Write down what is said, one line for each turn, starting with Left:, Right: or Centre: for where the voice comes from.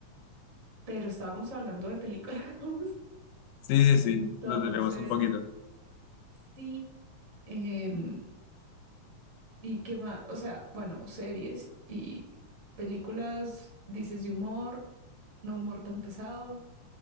Right: pero estábamos hablando de películas. <laughs>
Left: Sí, sí, sí,
Right: Entonces,
Left: nos debemos un poquito.
Right: sí. em, ¿y qué más? O sea, bueno, series y películas, dices de humor, no humor tan pesado.